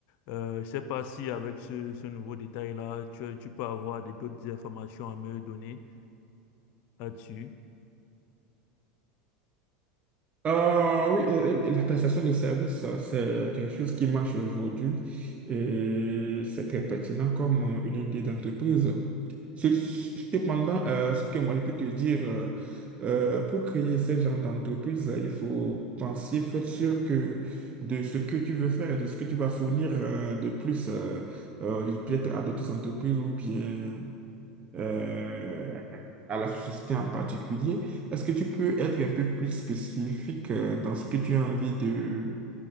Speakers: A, on the left (about 60°); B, on the right (about 30°).
A: euh, je ne sais pas si avec ce, ce nouveau détail-là, tu, tu peux avoir des- d'autres informations à me donner là-dessus.
B: Ah oui, euh, la prestation de service, euh, c'est quelque chose qui marche aujourd'hui et c'est très pertinent comme euh, une idée d'entreprise. Ce- Cependant, euh, ce que moi je peux te dire, euh, euh, pour créer ce genre d'entreprise, euh, il faut penser, faire sûr que de ce que tu veux faire, et de ce que tu vas fournir euh, de plus, euh, euh, peut-être à d'autres entreprises ou bien euh, à la société en particulier. Est-ce que tu peux être un peu plus spécifique euh, dans ce que tu as envie de